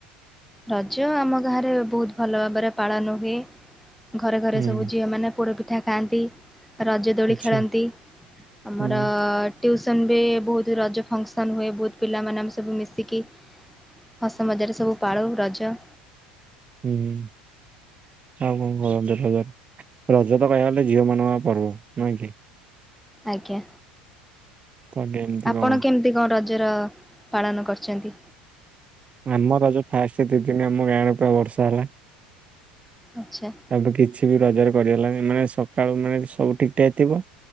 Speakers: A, in the centre; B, on the right.
A: ରଜ ଆମ ଗାଁରେ ବହୁତ ଭଲ ଭାବରେ ପାଳନ ହୁଏ। ଘରେ ଘରେ
B: ହୁଁ
A: ସବୁ ଝିଅମାନେ ପୋଡ଼ପିଠା ଖାଆନ୍ତି। ରଜଦୋଳି
B: ଆଚ୍ଛା।
A: ଖେଳନ୍ତି ଆମର
B: ହୁଁ
A: ଟ୍ୟୁସନ ବି ବହୁତ ରଜ ଫଙ୍କସନ ହୁଏ ବହୁତ ପିଲାମାନେ ଆମେ ସବୁ ମିଶିକି ହସ ମଜାରେ ସବୁ ପାଳୁ ରଜ।
B: ହୁଁ ହୁ। ଆଉ କଣ କରନ୍ତେ ରଜରେ ରଜ ତ କହିବାକୁ ଗଲେ ଝିଅ ମାନଙ୍କ ପର୍ବ ନୁହେଁ କି?
A: ଆଜ୍ଞା।
B: ତ କେମିତି
A: ଆପଣ
B: କଣ
A: କେମିତି କଣ ରଜର ପାଳନ କରିଛନ୍ତି?
B: ଆମର ରଜ ଫାଷ୍ଟ ଦିଦିନି ଆମ ଗାଁରେ ପୁରା ବର୍ଷା ହେଲା।
A: ଆଚ୍ଛା।
B: ତାପରେ କିଛି ବି ରଜରେ କରିହେଲାନି ମାନେ ସକାଳୁ ମାନେ ସବୁ ଠିକ୍ ଠାକ ଥିବ